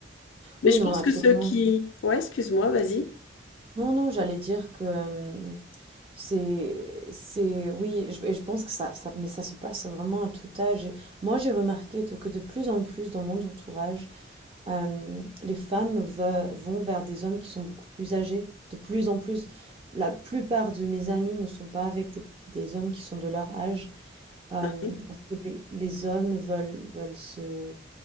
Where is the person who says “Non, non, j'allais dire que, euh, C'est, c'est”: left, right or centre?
Right